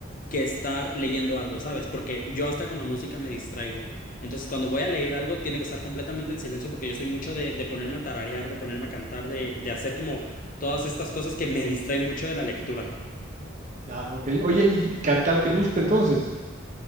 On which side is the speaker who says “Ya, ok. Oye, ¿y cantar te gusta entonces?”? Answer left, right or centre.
Right